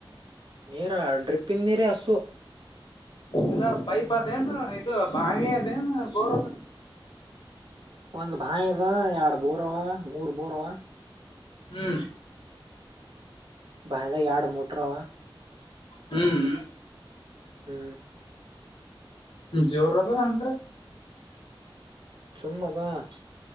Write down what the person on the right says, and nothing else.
ನೀರ ಡ್ರಿಪ್ಪನ್ ನೀರ ಹಸು
ಒಂದ್ ಬಾಯದ ಎರಡ್ ಬೋರ್ವ ಮೂರ್ ಬೋರ್ವ
ಬಾಯದ ಎಾರ್ಡು ಮೋಟರವಾ
ಹ್ಮ್
ಸುಮ್ಮದಾ <unintelligible>